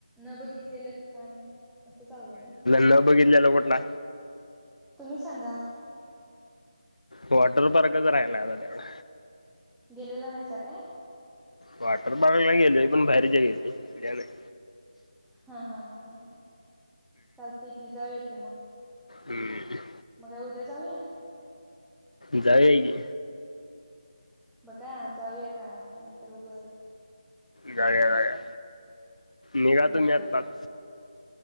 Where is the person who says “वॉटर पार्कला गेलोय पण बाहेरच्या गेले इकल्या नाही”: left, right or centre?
Left